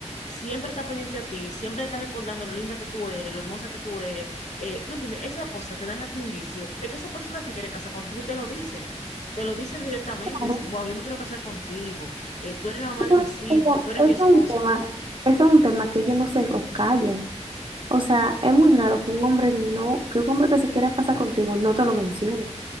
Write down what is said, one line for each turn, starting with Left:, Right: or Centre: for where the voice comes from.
Left: Siempre está pendiente a ti, siempre está recordando lo linda que tú eres, lo hermosa que tú eres eh, ¿tú entiendes? Esa cosa te dan a ti indicio de que esa persona se quiere casar contigo y te lo dicen. Te lo dicen directamente,
Right: Claro,
Left: dicen, wow, yo me quiero casar contigo, eh, tú eres la mamá
Right: pero,
Left: de mis hijos, tú eres
Right: eso
Left: mi esposa.
Right: es un tema, eso es un tema que ellos no se lo callan. O sea, es muy raro que un hombre no, que un hombre que se quiera casar contigo no te lo mencione.